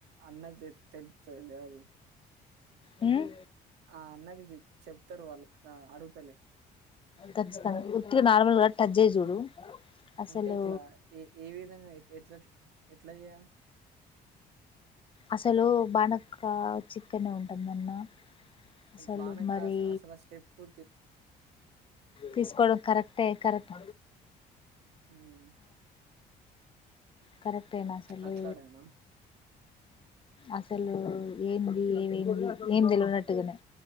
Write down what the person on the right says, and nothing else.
అన్నది తెలుస్తదిలే అది
ఆ అన్నకి చెప్తారు వాళ్ ఆ అడుగుతలే
అంటే ఇట్లా ఏ ఏ విధంగా ఎట్ల ఎట్లా చేయా
బానే
కాస్ అసలు ఆ స్టెప్పు
ఉమ్
అట్లా అడగనా